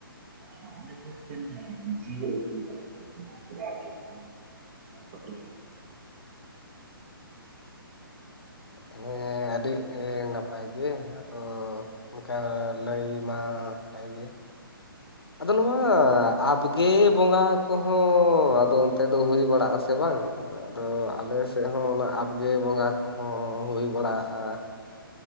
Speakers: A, on the right; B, on the left.
A: <unintelligible> ᱡᱮᱣᱮᱫ ᱟ. ᱜᱩᱣ ᱠᱟᱫᱟ ᱠᱚ ᱱᱚᱣᱟ ᱠᱚᱨᱟᱣ ᱦᱩᱭᱩᱜ ᱛᱟᱵᱚᱱᱟ ᱚᱱᱠᱟ ᱠᱚ ᱞᱟ. ᱭᱟ
B: ᱦᱮ ᱟᱹᱰᱤ ᱱᱟᱯᱟᱭ, ᱱᱟᱯᱟᱭ ᱜᱮ ᱟᱫᱚ ᱚᱱᱠᱟ ᱞᱟᱹᱭ ᱢᱟ ᱞᱟᱹᱭᱜᱮ, ᱟᱫᱚ ᱱᱚᱣᱟ ᱟᱵᱜᱮ ᱵᱚᱸᱜᱟ ᱠᱚᱦᱚᱸ ᱟᱫᱚ ᱚᱱᱛᱮ ᱫᱚ ᱦᱩᱭ ᱵᱟᱲᱟᱜ ᱟᱥᱮ ᱵᱟᱝ? ᱟᱫᱚ ᱟᱞᱮ ᱥᱮᱫ ᱦᱚᱸ ᱚᱱᱟ ᱟᱵᱜᱮ ᱵᱚᱸᱜᱟ ᱠᱚᱦᱚᱸ ᱦᱩᱭ ᱵᱟᱲᱟᱜᱼᱟ᱾